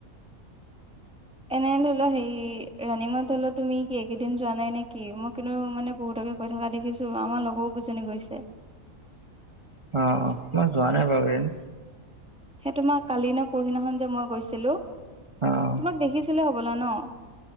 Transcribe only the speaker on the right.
অঁ অঁ, মই যোৱা নাই বাৰু এইকেদিন।
অ'।